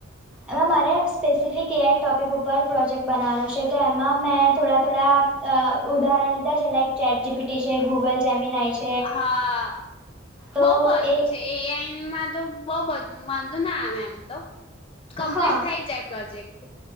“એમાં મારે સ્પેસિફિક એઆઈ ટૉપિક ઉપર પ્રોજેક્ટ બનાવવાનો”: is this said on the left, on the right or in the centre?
Centre